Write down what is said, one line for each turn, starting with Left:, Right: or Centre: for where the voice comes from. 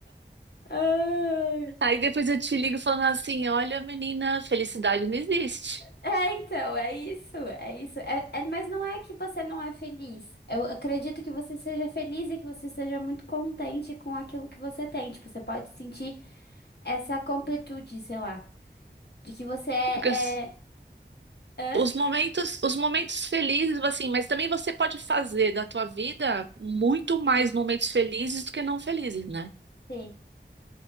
Left: Ai.
Right: Aí depois eu te ligo falando assim, olha, menina, felicidade não existe.
Left: É, então, é isso, é isso. É, é- mas não é que você não é feliz. Eu acredito que você seja feliz e que você seja muito contente com aquilo que você tem. Tipo, você pode sentir essa completude, sei lá, de que você é...
Right: Porque
Left: é...
Right: os,
Left: Hã?
Right: os momentos, os momentos felizes, assim, mas também você pode fazer da tua vida muito mais momentos felizes do que não felizes, né?
Left: Sim.